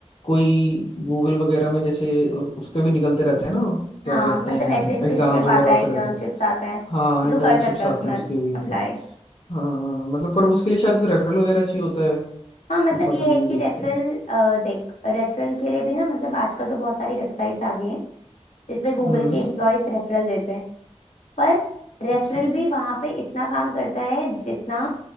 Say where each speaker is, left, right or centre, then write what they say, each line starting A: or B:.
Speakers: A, on the left; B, on the left.
A: कोई गूगल वगैरह में जैसे उ- उसके भी निकलते रहते हैं ना क्या
B: हाँ
A: कहते
B: मतलब
A: हैं
B: अप्रेंटिसशिप
A: एग्जाम्स वगैरह
B: आता
A: होते
B: है इंटर्नशिप्स
A: रहते हैं
B: आता है तो
A: हाँ इंटर्नशिप्स
B: तू कर सकता है
A: आते
B: उसमें
A: हैं उसके भी
B: अप्लाई
A: हाँ मतलब पर उसके लिए शायद कोई रेफरल वगैरह चाहिए होता है
B: हाँ मतलब
A: अब पता
B: ये
A: नहीं
B: है कि
A: देखते
B: रेफरल
A: हैं
B: देख रेफरल के लिए भी ना मतलब आजकल तो बहुत सारी वेबसाइट्स आ गई हैं जिसमें गूगल
A: हम्म
B: के एम्प्लॉयज रेफरल देते हैं पर रेफरल
A: स-
B: भी वहां पे इतना काम करता है जितना